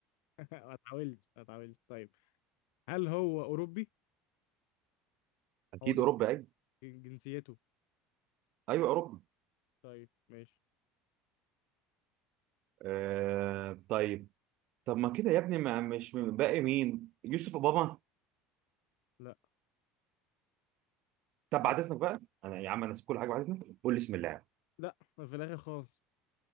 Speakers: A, on the left; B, on the right.
A: <laughs> ما اتعولش ما اتعولش طيب هل هو أوروبي؟
B: اكيد
A: هو جنس...
B: اوروبا ايوه
A: جنسيته
B: ايوه اوروبا
A: طيب ماشي
B: آه طيب طب ما كده يا ابني ما مش من- باقي مين يوسف اوباما
A: لا
B: طب
A: طيب
B: بعد اذنك بقى انا يا عم انا نسيب كل حاجه بعد اذنك قول لي بسم الله
A: لا في الآخر خالص